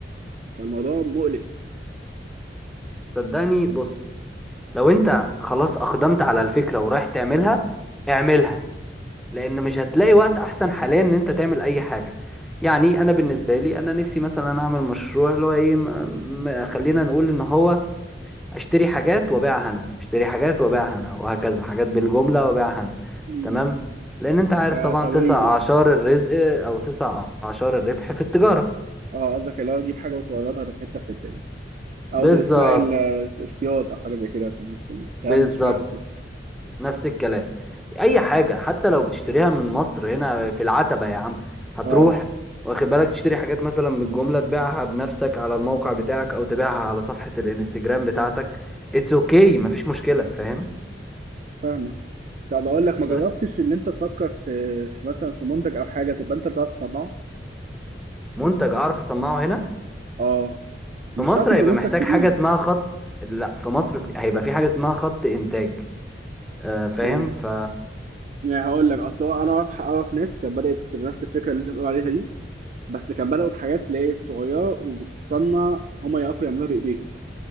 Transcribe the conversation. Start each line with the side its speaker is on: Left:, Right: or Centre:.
Right: فالموضوع مقلق
Centre: صدقني بص لو انت خلاص اقدمت على الفكرة ورايح تعملها اعملها لان مش هتلاقي وقت احسن حاليا ان انت تعمل اي حاجه يعني انا بالنسبه لي انا نفسي مثلا اعمل مشروع اللي هو ايه م- م- خلينا نقول ان هو اشتري حاجات وابيعها انا اشتري حاجات وابيعها انا وهكذا حاجات بالجمله وابيعها انا
Right: مم.
Centre: تمام لان انت عارف
Right: كتوريد
Centre: طبعا تسع
Right: يعني
Centre: اعشار الرزق او تسع اعشار الربح في التجاره
Right: اه قصدك اللي هو اجيب حاجه وتوردها من حته لحته يعني او
Centre: بالظبط
Right: زي اسمها ال- الاصطياد او حاجه زي كده عشان بس الكلام
Centre: بالظبط
Right: مش معايا بالظبط
Centre: نفس الكلام اي حاجه حتى لو بتشتريها من مصر هنا في العتبه يا عم هتروح
Right: اه
Centre: واخد بالك تشتري حاجات مثلا بالجمله تبيعها بنفسك على الموقع بتاعك او تبيعها على صفحه الانستجرام بتاعتك اتس اوكي مفيش مشكله فاهم
Right: فاهمك طب اقول لك ما
Centre: بس
Right: جربتش اللي انت تفكر في في مثلا في منتج او حاجه تبقى انت اللي بتعرف تصنعه
Centre: منتج اعرف اصنعه هنا
Right: اه
Centre: في
Right: مش
Centre: مصر
Right: شرط يبقى
Centre: هيبقى
Right: منتج
Centre: محتاج
Right: كبير
Centre: حاجه اسمها خط لا في مصر في- هيبقى في حاجه اسمها خط انتاج آه، فاهم
Right: يعني
Centre: ف
Right: يعني هقول لك اصل هو انا اعرف اعرف ناس كانت بدات بنفس الفكره اللي انت بتقول عليها دي بس كان بداوا بحاجات اللي هي صغيره وبتصنع هما يعرفوا يعملوها بايديهم